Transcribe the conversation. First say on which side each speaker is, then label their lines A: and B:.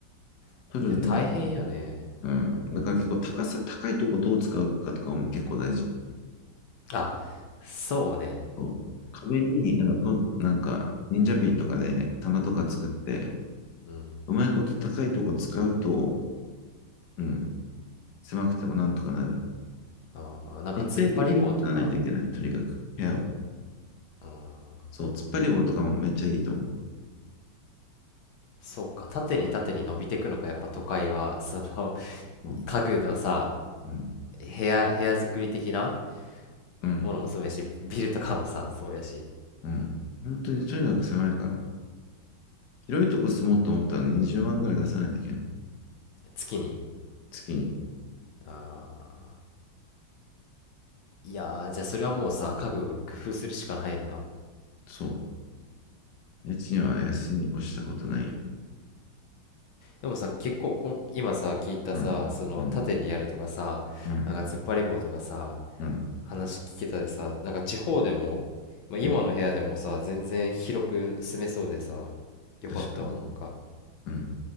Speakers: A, on the left; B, on the left.
A: いや大変やね
B: 取るね。うん。だから結構高さ、高いとこどう使うかとかも結構大事。
A: あそうね
B: そう壁になんかと、なんか、忍者ピンとかで棚とか作って、
A: うんうん
B: うまいこと高いとこ使うと、うん。狭くてもなんとかなる。
A: あーなんか突っ張り棒とか
B: 立体的に使わないといけない。とにかく、部屋を。
A: うん
B: そう。突っ張り棒とかもめっちゃいいと思う。
A: そうか縦に縦に伸びてくのかやっぱ都会はその
B: そう
A: 家具のさ
B: うん
A: 部屋部屋作り的な
B: うん。
A: ものもそうやしビルとかもさそうやし
B: うん。本当にとにかく狭いから。広いとこ住もうと思ったら20万ぐらい出さないといけない。
A: 月に
B: 月に。
A: あーいやー、じゃあそれはもうさ、家具工夫するしかないな。
B: そう。家賃は安いに越したことないよ。
A: でもさ、結構こん今さ、聞いたさ、
B: うん。
A: その縦にやるとかさ、
B: うん。うん。
A: なんか突っ張り棒とかさ、
B: うん。
A: 話聞けたでさ、なんか地方でも、まあ、今の部屋でもさ、
B: うん。
A: 全然広く住めそうでさ、よかったわ、
B: 確かに。
A: なんか。
B: うん。